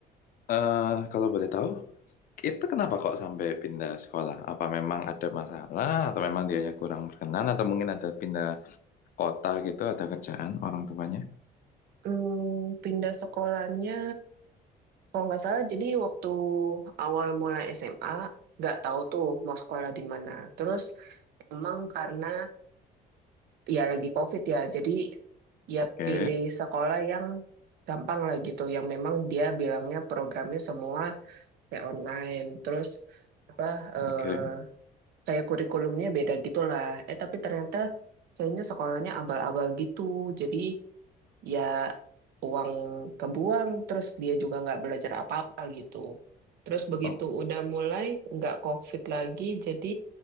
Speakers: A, on the left (about 55°); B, on the right (about 70°).
A: eh, kalau boleh tahu itu kenapa kok sampai pindah sekolah apa memang ada masalah atau memang dianya kurang berkenan atau mungkin ada pindah kota gitu ada kerjaan orang tuanya
B: Hmm, pindah sekolahnya kalau nggak salah jadi waktu awal mulai SMA nggak tahu tuh mau sekolah di mana terus emang karena ya lagi COVID ya, jadi ya
A: oke
B: pilih sekolah yang gampang lah gitu, yang memang dia bilangnya programnya semua kayak online, terus apa eh,
A: oke
B: kayak kurikulumnya beda gitulah. Eh tapi ternyata kayaknya sekolahnya abal-abal gitu, jadi ya uang kebuang, terus dia juga nggak belajar apa-apa gitu. Terus begitu
A: Oh,
B: udah mulai nggak COVID lagi, jadi